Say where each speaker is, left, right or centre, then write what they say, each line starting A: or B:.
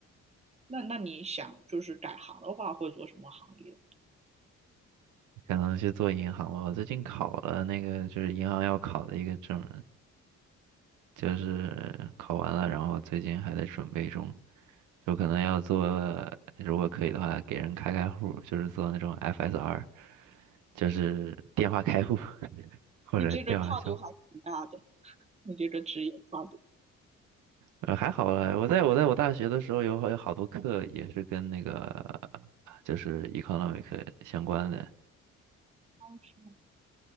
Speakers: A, on the right; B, on the right.
A: 那那你想就是改行的话，会做什么行业？
B: 可能去做银行吧。我最近考了那个就是银行要考的一个证，就是考完了，然后最近还在准备中。有可能要做，如果可以的话，给人开开户，就是做那种 FSR，就是电话开户 <laughs> 或者电话销。
A: 你这个跨度还挺大的，你这个职业跨度。
B: 呃，还好了，我在我在我大学的时候有好有好多课也是跟那个就是 economic 相关的，
A: 哦是吗